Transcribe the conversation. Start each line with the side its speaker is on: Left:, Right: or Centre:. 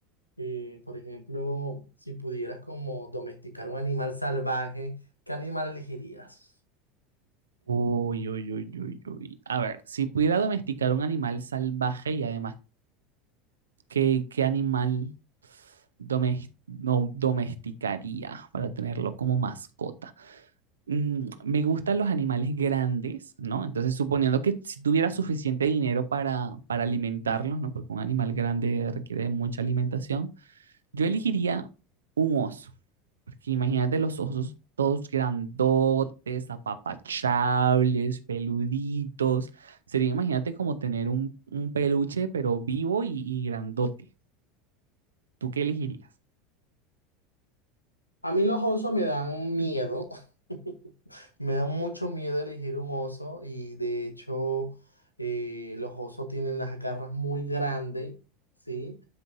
Left: Eh, por ejemplo, si pudieras como domesticar un animal salvaje, ¿qué animal elegirías?
Right: Uy, uy, uy, uy, uy. A ver, si pudiera domesticar un animal salvaje y además, ¿qué, qué animal domes- no, domesticaría para tenerlo como mascota? Mm, me gustan los animales grandes, ¿no? Entonces, suponiendo que si tuviera suficiente dinero para, para alimentarlos, ¿no? Porque un animal grande requiere de mucha alimentación. Yo elegiría un oso, porque imagínate los osos todos grandotes, apapachables, peluditos. Sería, imagínate como tener un, un peluche, pero vivo y, y grandote. ¿Tú qué elegirías?
Left: A mí los osos me dan miedo, <laughs> me dan mucho miedo elegir un oso y de hecho eh, los osos tienen las garras muy grandes, ¿sí?